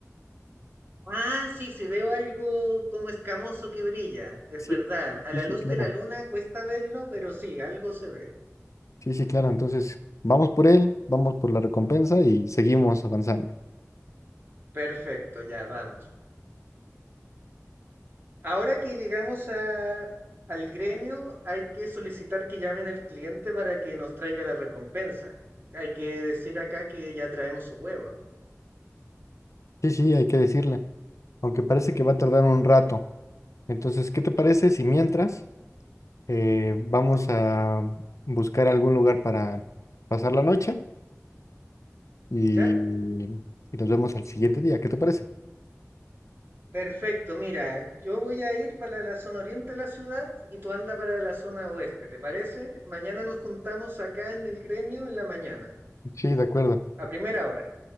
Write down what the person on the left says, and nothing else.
Sí,
sí,
sí,
claro.
Sí, sí, claro. Entonces, vamos por él, vamos por la recompensa y seguimos avanzando.
Sí, sí, hay que decirle. Aunque parece que va a tardar un rato. Entonces, ¿qué te parece si mientras eh, vamos a buscar algún lugar para pasar la noche y,
y nos vemos al siguiente día? ¿Qué te parece?
Sí, de acuerdo.